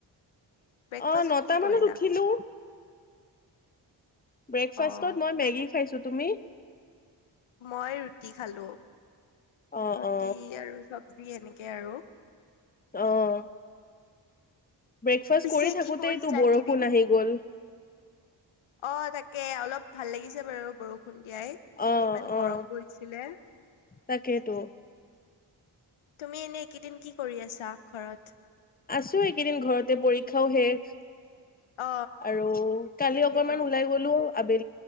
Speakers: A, on the left; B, on the left.
A: ব্ৰেকফাষ্টত
B: অ নটা
A: কি
B: মানত
A: কৰিলা
B: উঠিলো। ব্ৰেকফাষ্টত
A: অ
B: মই
A: ব্ৰেক
B: মেগী খাইছো, তুমি?
A: মই ৰুটি খালো
B: অ
A: ৰুটি
B: অ
A: আৰু চবজি এনেকে। তাকে আৰু।
B: অহ ব্ৰেকফাষ্ট
A: পিছে
B: কৰি থাকোতেইটো
A: কি কৰিছা
B: বৰষুণ
A: এইকেইদিন
B: আহি গল।
A: অ তাকে অলপ ভাল লাগিছে বাৰু বৰ ষুণ দিয়াই
B: অ
A: ইমান গৰম
B: অ
A: পৰিছিলে।
B: তাকেইতো
A: তুমি এনে এইকেইদিন কি কৰি আছা ঘৰত?
B: আছো এইকেইদিন ঘৰতে পৰীক্ষাও শেষ।
A: অ
B: আৰু কালি
A: তাকেতো
B: অকনমান ওলাই গলো আবে